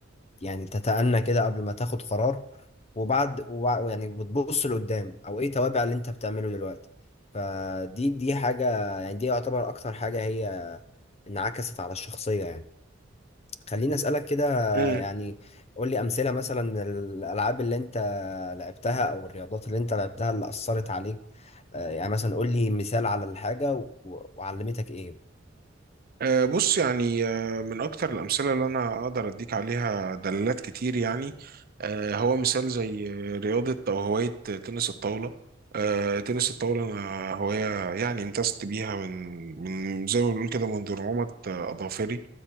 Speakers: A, on the left (about 30°); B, on the right (about 50°).
A: يعني تتأنى كده قبل ما تاخد قرار وبعد وبع- يعني بتبص لقدام أو إيه توابع اللي أنت بتعمله دلوقتي فدي دي حاجة يعني دي يعتبر أكتر حاجة هي انعكست على الشخصية يعني خليني أسألك كده
B: آه.
A: يعني قول لي أمثلة مثلا الألعاب اللي أنت لعبتها أو الرياضات اللي أنت لعبتها اللي أثرت عليك آه، يعني مثلا قول لي مثال على الحاجة و- وعلمتك إيه
B: أه، بص يعني أه، من أكتر الأمثلة اللي أنا أقدر أديك عليها دلالات كتير يعني أه، هو مثال زي رياضة أو هواية تنس الطاولة أه، تنس الطاولة أنا هواية يعني امتزجت بيها من من زي ما بنقول كده منذ نعومة أظافري